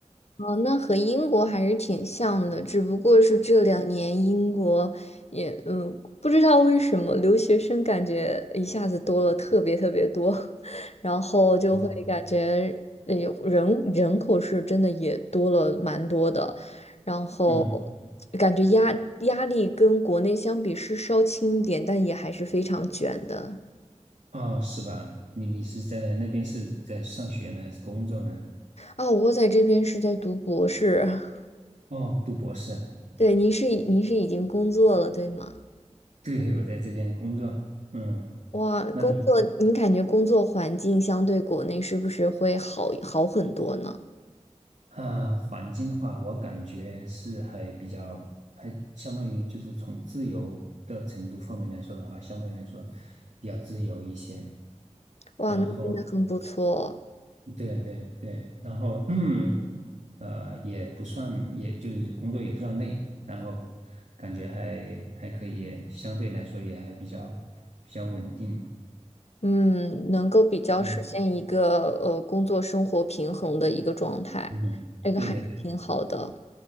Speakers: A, on the left; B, on the right.
A: 哦，那和英国还是挺像的，只不过是这两年英国也嗯，不知道为什么留学生感觉一下子多了特别特别多，<laughs> 然后就会感觉呃有人人口是真的也多了蛮多的，
B: 嗯
A: 然后
B: 嗯，
A: 感觉压压力跟国内相比是稍轻一点，但也还是非常卷的。
B: 哦，是吧？你你是在那边是在上学呢，还是工作呢？
A: 啊，我在这边是在读博士，<laughs>
B: 哦，读博士，
A: 对，您是已您是已经工作了，对吗？
B: 对，我在这边工作。嗯，
A: 哇，
B: 那你？
A: 工作，你感觉工作环境相对国内是不是会好好很多呢？
B: 啊，环境的话，我感觉是还比较，还相当于就是从自由的程度方面来说的话，相对来说比较自由一些。
A: 哇，
B: 然后，
A: 那真的很不错，
B: 对对对，然后 <clears throat> 呃，也不算，也就是工作也不算累，然后感觉还还可以，相对来说也还比较比较稳定。
A: 嗯，能够比较实现一个呃工作生活平衡的一个状态，
B: 嗯，平稳对对对，
A: 这个还是挺好的。